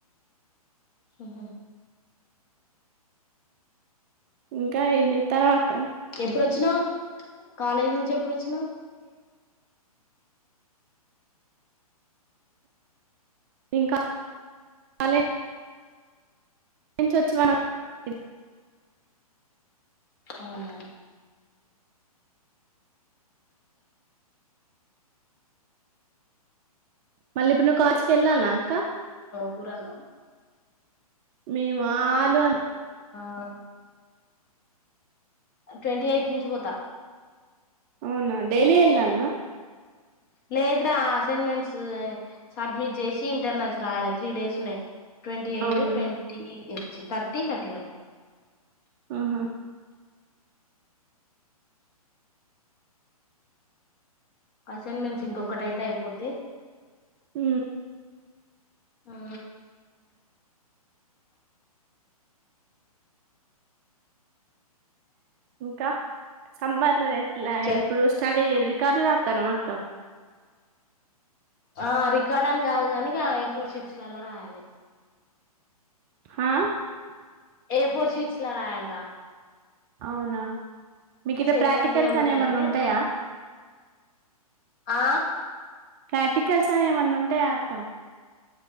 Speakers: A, on the left; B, on the right.
A: ఆహా
B: ఇంకా ఎన్ని తర్వాత
A: ఎప్పుడు వచ్చినవ్ కాలేజీ నుంచి ఎప్పుడు వచ్చినవ్
B: ఇంకా కాలే నుంచి ఒచ్చి మనం చ
A: అవునా
B: మళ్ళీ ఇప్పుడు నువ్వు కాచ్కెళ్ళాలినా అక్క
A: కురనవ్
B: మేమా ఆలు అన
A: అ ట్వంటీ ఎయిత్ నుంచి పోతా
B: అవునా డైలీ ఎల్ అన్నా
A: లేదురా అసైన్మెంట్స్ సబ్మిట్ చేసి ఇంటర్నల్స్ రాయాల త్రీ డేస్ ఉన్నాయి ట్వంటీ ఎయిట్
B: అవునా
A: ట్వంటీ చి తర్టీ తర్టీ వన్
B: ఆహా
A: అసైన్మెంట్స్ ఇంకొకటి అయితే అయిపోద్ది
B: ఊ
A: ఆ
B: ఇంకా సమ్మర్ ఇట్లా
A: చెప్
B: ఇప్పుడు స్టార్ట్ ఈ రికాడ్లు రాతనవ అత్త
A: ఆ రికార్డ్ అని కాదు కానిక ఏ ఫోర్ షిట్స్ లలా రాయాలి
B: హా
A: ఏ ఫోర్ షీట్స్లా రాయాలరా
B: అవునా మీకు ఇడ
A: సెకండ్
B: ప్రాక్టికల్స్
A: ఇయర్ నుంచి
B: అని ఏమన్నా
A: అయితే
B: ఉంటాయా
A: ఆ
B: ప్రార్టికల్స్ అని ఏమన్నా ఉంటాయా అక్క